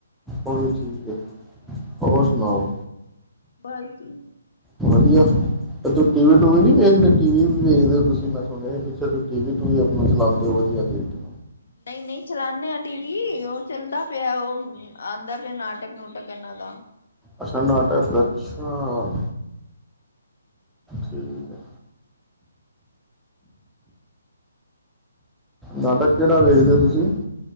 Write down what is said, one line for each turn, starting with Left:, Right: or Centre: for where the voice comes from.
Centre: ਉਹ ਵੀ ਠੀਕ ਹੈ ਹੋਰ ਸੁਣਾਓ
Left: ਬਸ ਜੀ
Centre: ਵਧੀਆ ਤੂੰ ਟੀ ਵੀ ਟੂਵੀ ਨੀ ਦੇਖਦੇ ਟੀ ਵੀ ਵੇਖਦੇ ਹੋ ਤੁਸੀਂ? ਮੈਂ ਸੁਣਿਆ ਪਿੱਛੇ ਤੁ ਟੀ ਵੀ ਟੂ ਵੀ ਆਪਨਾ ਚਲਾਉਂਦੇ ਹੋ ਵਧੀਆ ਏ ਤੇ।
Left: ਨਹੀਂ ਨਹੀਂ ਚਲਾਣੇ ਆ ਟੀ ਵੀ ਉਹ ਚੱਲਦਾ ਪਿਆ ਉਹ ਆਉਂਦਾ ਪਿਆ ਨਾਟਕ। <unintelligible>
Centre: ਅੱਛਾ ਨਾਟਕ ਅੱਛਾ ਠੀਕ ਹੈ। ਨਾਟਕ ਕਿਹੜਾ ਵੇਖਦੇ ਉ ਤੂੰਸ ਜੀ।